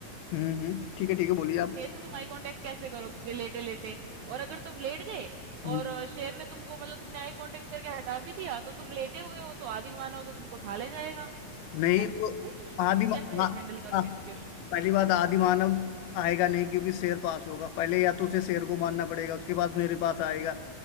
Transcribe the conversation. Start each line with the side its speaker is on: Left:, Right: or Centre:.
Left: हम्म हम्म, ठीक है ठीक है बोलिए आप
Right: शेर से तुम आई कांटेक्ट कैसे करोगे लेटे लेटे और अगर तुम लेट गए
Left: हम्म,
Right: और अ, शेर ने तुमको मतलब तुमने आई कांटेक्ट करके हटा भी दिया तो तुम लेटे हुए हो तो आदि मानव तो तुमको उठा ले जाएगा
Left: नहीं
Right: ऐसे
Left: तो
Right: सिचुएशन
Left: आदि
Right: में तुम
Left: म-
Right: कैसे है
Left: आ-
Right: हैंडल करोगे
Left: आ-
Right: सिचुएशन को?
Left: पहली बात आदि मानव आएगा नहीं क्योंकि शेर पास होगा पहले या तो उसे शेर को मारना पड़ेगा उसके बाद मेरे पास आएगा